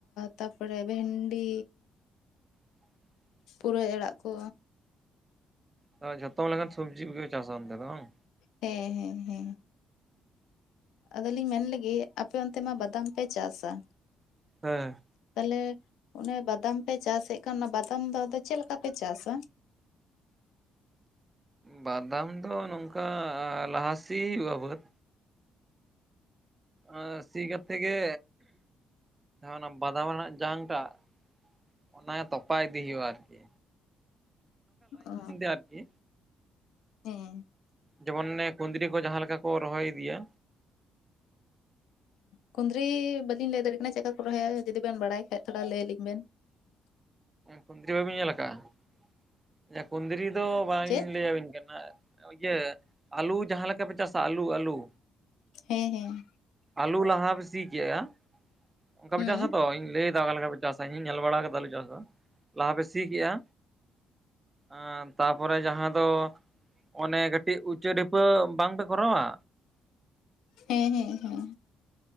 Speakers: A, on the left (about 85°); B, on the right (about 20°).
A: ᱛᱟᱯᱚᱨᱮ ᱵᱷᱮᱱᱰᱤ
B: <unintelligible>
A: ᱯᱩᱨᱟᱹᱭ ᱟᱲᱟᱜ ᱠᱚ
B: ᱛᱮ ᱡᱷᱚᱛᱚ ᱞᱮᱠᱟᱱ ᱥᱚᱵᱡᱤ ᱠᱚᱜᱮ ᱪᱟᱥᱟ ᱚᱱᱛᱮ ᱫᱚ ᱵᱟᱝ?
A: ᱦᱮᱸ ᱦᱮᱸ ᱦᱮᱸ᱾ ᱟᱫᱚᱞᱤᱧ ᱢᱮᱱ ᱞᱮᱜᱮ ᱟᱯᱮ ᱚᱱᱛᱮ ᱢᱟ ᱵᱟᱫᱟᱢ ᱯᱮ ᱪᱟᱥᱟ᱾
B: ᱦᱮᱸ
A: ᱛᱟᱦᱚᱞᱮ ᱚᱱᱮ ᱵᱟᱫᱟᱢ ᱯᱮ ᱪᱟᱥ ᱮᱜ ᱠᱟᱱ ᱚᱱᱟ ᱵᱟᱫᱟᱢ ᱫᱚ ᱟᱫᱚ ᱪᱮᱫ ᱞᱮᱠᱟ ᱯᱮ ᱪᱟᱥᱟ?
B: ᱵᱟᱫᱟᱢ ᱫᱚ ᱱᱚᱝᱠᱟ ᱞᱟᱦᱟ ᱥᱤ ᱦᱩᱭᱩᱜᱼᱟ ᱵᱟᱹᱫ ᱟ ᱥᱤ ᱠᱟᱛᱮ ᱜᱮ, ᱚᱱᱟ ᱵᱟᱫᱟᱢ ᱨᱮᱱᱟᱜ ᱡᱟᱝ ᱴᱟᱜ᱾ ᱚᱱᱟ ᱛᱚᱯᱟ ᱤᱫᱤ ᱦᱩᱭᱩᱜ-ᱟ ᱟᱹᱨᱠᱤ᱾
A: ᱚᱻ
B: ᱟᱨᱠᱤ
A: ᱦᱮᱸ᱾
B: ᱡᱮᱢᱚᱱ ᱚᱱᱮ ᱠᱩᱸᱫᱽᱨᱤ ᱠᱚ ᱡᱟᱦᱟᱸ ᱞᱮᱠᱟ ᱠᱚ ᱨᱚᱦᱚᱭ ᱤᱫᱤᱭᱟ᱾
A: ᱠᱩᱸᱫᱽᱨᱤ ᱵᱟᱹᱞᱤᱧ ᱞᱟᱹᱭ ᱫᱟᱲᱮᱭᱟᱜ ᱠᱟᱱᱟ ᱪᱮᱫᱠᱟ ᱠᱚ ᱨᱚᱦᱚᱭᱟ, ᱡᱩᱫᱤ ᱵᱮᱱ ᱵᱟᱲᱟᱭ ᱠᱷᱟᱡ ᱛᱷᱚᱲᱟ ᱞᱟᱹᱭ ᱟᱹᱞᱤᱧ ᱵᱮᱱ᱾
B: ᱠᱩᱸᱫᱽᱨᱤ ᱵᱟᱹᱵᱤᱱ ᱧᱮᱞ ᱟᱠᱟᱟᱜ-ᱟ, ᱠᱩᱸᱫᱽᱨᱤ ᱫᱚ ᱵᱟᱹᱧ
A: ᱪᱮᱫ
B: ᱞᱟᱹᱭ ᱟᱹᱵᱤᱱ ᱠᱟᱱᱟ᱾ ᱤᱭᱟᱹ, ᱟᱹᱞᱩ ᱡᱟᱦᱟᱸ ᱞᱮᱠᱟ ᱯᱮ ᱪᱟᱥᱟ ᱟᱹᱞᱩ ᱟᱹᱞᱩ᱾
A: ᱦᱮᱸ ᱦᱮᱸ᱾
B: ᱟᱹᱞᱩ ᱞᱟᱦᱟ ᱯᱮ ᱥᱤ ᱠᱮᱜ-ᱟ, ᱚᱱᱠᱟᱯᱮ
A: ᱦᱩᱸ
B: ᱪᱟᱥᱟ ᱛᱚ ᱤᱧ ᱞᱟᱹᱭ ᱫᱟ ᱚᱠᱟ ᱞᱮᱠᱟ ᱯᱮ ᱪᱟᱥᱟ ᱤᱧ ᱦᱚᱧ ᱧᱮᱞ ᱵᱟᱲᱟ ᱟᱠᱟᱫᱟ ᱟᱹᱞᱩ ᱪᱟᱥ ᱫᱚ᱾ ᱞᱟᱦᱟ ᱯᱮ ᱥᱤ ᱠᱮᱜ-ᱟ, ᱟ ᱛᱟᱯᱚᱨᱮ ᱡᱟᱦᱟᱸ ᱫᱚ ᱚᱱᱮ ᱠᱟᱹᱴᱤᱡ ᱩᱪᱟᱹ ᱰᱷᱤᱯᱟᱹ ᱵᱟᱝ ᱯᱮ ᱠᱚᱨᱟᱣᱟ
A: ᱦᱮᱸ ᱦᱮᱸ ᱦᱮᱸ᱾